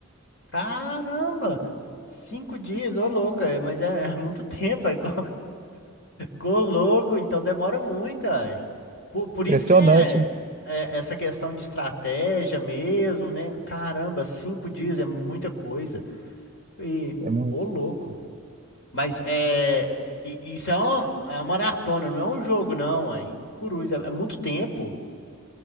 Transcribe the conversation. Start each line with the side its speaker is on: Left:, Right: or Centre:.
Left: Caramba! Cinco dias, ô louco, é, mas é, <laughs> é muito tempo, aí, co- <laughs> Ô louco, então demora muito, aí. Por, por isso
Right: Impressionante,
Left: que é,
Right: né?
Left: é essa questão de estratégia mesmo, né? Caramba, cinco dias é muita coisa. E,
Right: É muito.
Left: ô louco. Mas é. i- Isso é uma, é uma maratona, não é um jogo, não, ué. Coruja, é é muito tempo.